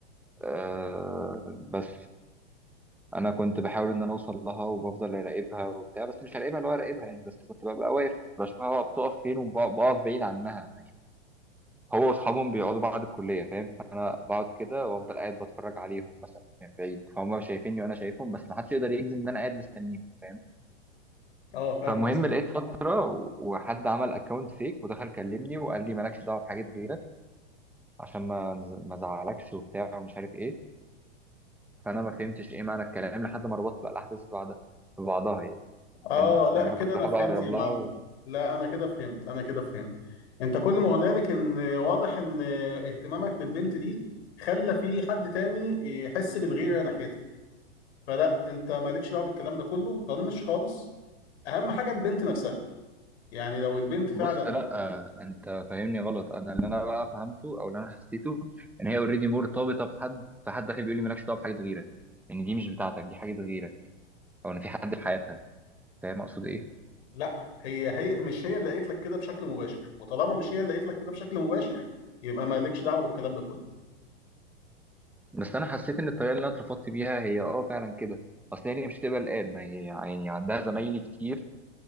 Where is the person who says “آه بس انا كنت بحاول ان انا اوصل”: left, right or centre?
Centre